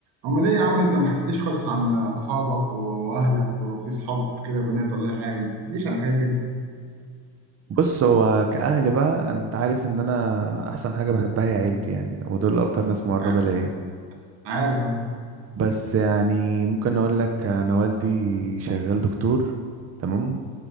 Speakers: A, on the right; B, on the right.
A: امال ايه يا عم انت ما حكيتليش خالص عن اصحابك و- واهلك ولو في صحاب كده بنات ولا اي حاجه ما حكيتليش عن الحاجات دي انت
B: بص هو كأهل بقى انت عارف ان انا احسن حاجة بحبها هي عيلتي يعني ودول اكتر ناس مقربة
A: ما-
B: ليا
A: عارف انا
B: بس يعني ممكن اقول لك انا والدي شغال دكتور تمام